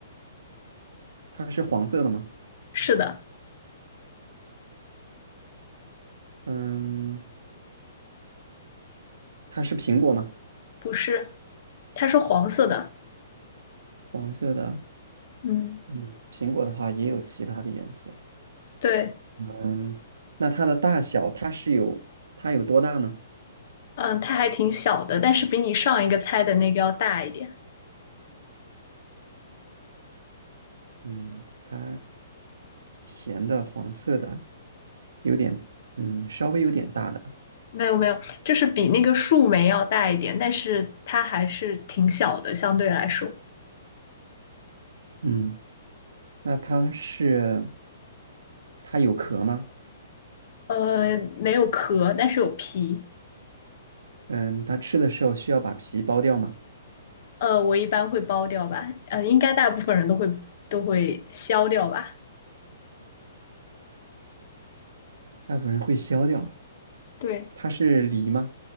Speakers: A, on the right (about 80°); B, on the left (about 55°).
A: 它是黄色的吗？
B: 是的。
A: 嗯，它是苹果吗？
B: 不是，它是黄色的。
A: 黄色的，
B: 嗯，
A: 嗯，苹果的话也有其他的颜色。
B: 对，
A: 嗯，那它的大小，它是有，它有多大呢？
B: 嗯，它还挺小的，但是比你上一个猜的那个要大一点。
A: 嗯，它甜的黄色的，有点嗯，稍微有点大的，
B: 没有没有，就是比那个树莓要大一点，但是它还是挺小的，相对来说。
A: 嗯，那它是它有壳吗？
B: 呃，没有壳，但是有皮。
A: 嗯，它吃的时候需要把皮剥掉吗？
B: 呃，我一般会剥掉吧。呃，应该大部分人都会都会削掉吧。
A: 大部分人会削掉。
B: 对，
A: 它是梨吗？